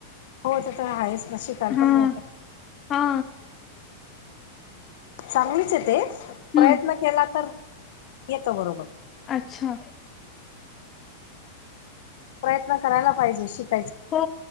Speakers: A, on the left; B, on the left.
A: हो तर तर हाच न शिकायला
B: हा
A: पण मिळते ना
B: हा
A: सांगचित आहे प्रयत्न
B: हम्म
A: केला तर येतो बरोबर
B: अच्छा
A: प्रयत्न करायला पाहिजे शिक
B: हो